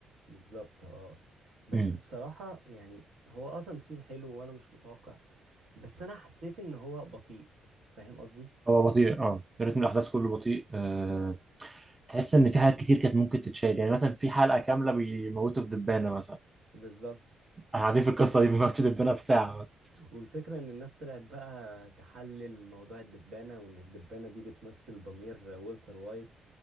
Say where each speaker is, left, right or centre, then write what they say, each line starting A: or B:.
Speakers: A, on the right; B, on the right.
A: بالظبط اه بس
B: يعني.
A: بصراحة يعني هو اه تمثيل حلو وأنا مش متوقع بس أنا حسيت إن هو بطيء فاهم قصدي؟
B: هو بطيء اه رتم الاحداث كله بطيء آه. تحس ان في حاجات كتير كانت ممكن تتشال يعني مثلا في حلقه كامله بيموتوا في دبانه مثلا
A: بالظبط
B: احنا قاعدين في القصه دي بيموتوا دبانه في ساعه مثلا
A: والفكرة إن الناس طلعت بقى تحلل موضوع الدبانة وإن الدبانة دي بتمثل ضمير والتر وايت